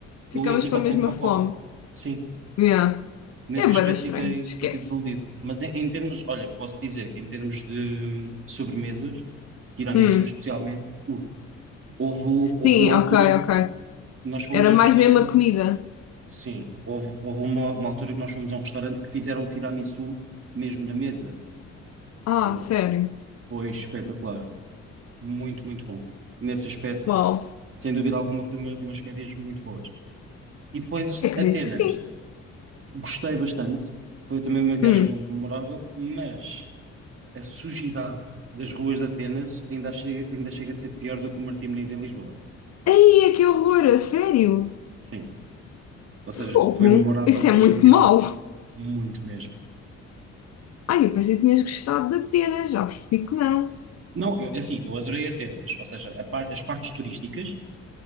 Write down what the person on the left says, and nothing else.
ficavas
com a mesma
fome.
Yeah.
É
bué da estranho,
esquece.
Hum,
sim,
ok, ok.
Era
mais
mesmo a comida.
Ah,
sério?
Uau.
Ai, acredito
que sim.
Hum.
Ai, que horror, a sério?
Fogo.
Isso
é muito
mau.
Ai, eu pensei que tinhas gostado da Atena, já percebi que não.